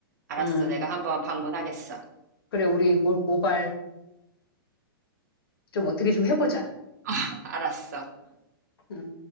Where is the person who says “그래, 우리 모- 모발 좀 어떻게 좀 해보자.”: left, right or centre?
Left